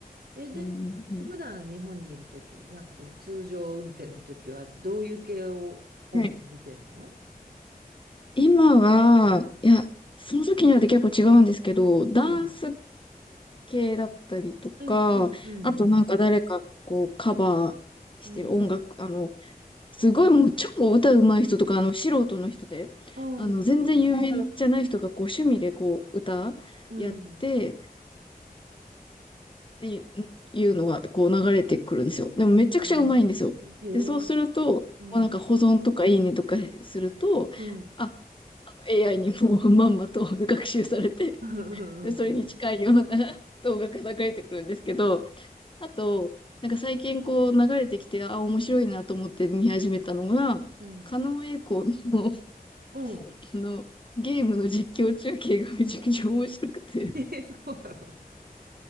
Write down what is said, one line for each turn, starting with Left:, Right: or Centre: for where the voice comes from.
Right: え、で、
Left: うん、う
Right: 普段日本にいるとき、なんかその通常運転のときは、どういう系を主に見てんの
Left: ん。はい。今は、いや、その時によって結構違うんですけど、ダンス
Right: うん。
Left: 系だったりとか、
Right: うんうんうん
Left: あとなんか誰かこうカバーしてる音楽、
Right: うん。うん。
Left: あの、すごいもう超歌うまい人とか、あの、素人の人で、
Right: ああ、
Left: あの、全然有名じゃない人がこう趣味でこう歌やって、
Right: うん。
Left: っていうのがこう流れてくるんですよ。でもめちゃくちゃうまいんですよ。
Right: へー、えへえ、
Left: で、そうすると、
Right: うん、
Left: もうなんか保存とかいいねとかすると、
Right: うん。
Left: あ、あの AI にもうまんまと学習されて、
Right: うんうんうん
Left: で、それに近いような <laughs> 動画が流れてくるんですけど、あと、なんか最近こう流れてきて、あ、面白いなと思って見始めたのが、
Right: うん。
Left: 狩野英孝の <laughs>
Right: うん。
Left: あの、ゲームの実況中継がめちゃくちゃ面白くて、
Right: えー、そうなの。